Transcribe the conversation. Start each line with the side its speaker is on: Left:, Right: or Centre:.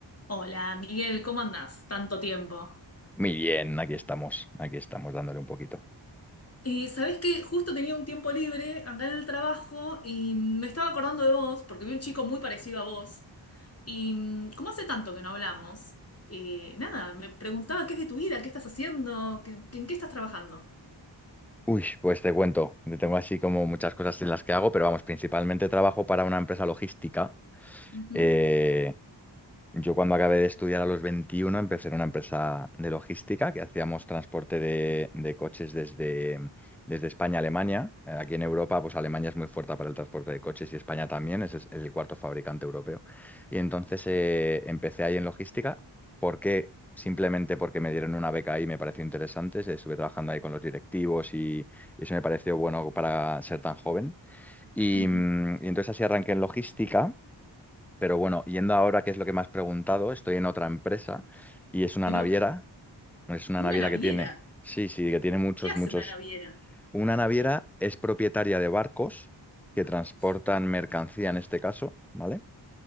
Left: Hola, Miguel, ¿cómo andás? Tanto tiempo.
Centre: Muy bien, aquí estamos, aquí estamos dándole un poquito.
Left: Eh, ¿sabés qué? Justo tenía un tiempo libre acá en el trabajo y me estaba acordando de vos porque vi un chico muy parecido a vos. Y mm, como hace tanto que no hablamos, eh, nada, me preguntaba qué es de tu vida, qué estás haciendo, qué- en qué estás trabajando.
Centre: Uy, pues te cuento, yo tengo así como muchas cosas en las que hago, pero vamos, principalmente trabajo para una empresa logística.
Left: Ujú,
Centre: eh, Yo cuando acabé de estudiar a los 21 empecé en una empresa de logística que hacíamos transporte de, de coches desde, desde España a Alemania. Eh, Aquí en Europa, pues Alemania es muy fuerte para el transporte de coches y España también, ese es el cuarto fabricante europeo. Y entonces eh, empecé ahí en logística. ¿Por qué? Simplemente porque me dieron una beca ahí, me pareció interesante. Se- Estuve trabajando ahí con los directivos y, y eso me pareció bueno para ser tan joven. Y,
Left: ujú.
Centre: mm, y entonces así arranqué en logística. Pero bueno, yendo ahora, que es lo que me has preguntado, estoy en otra empresa y es una
Left: En
Centre: naviera.
Left: otra.
Centre: Es una naviera
Left: Una naviera.
Centre: que tiene, sí, sí, que tiene muchos,
Left: ¿Qué hace
Centre: muchos.
Left: una naviera?
Centre: Una naviera
Left: Botes,
Centre: es propietaria de barcos que
Left: barcos.
Centre: transportan mercancía en este caso, ¿vale?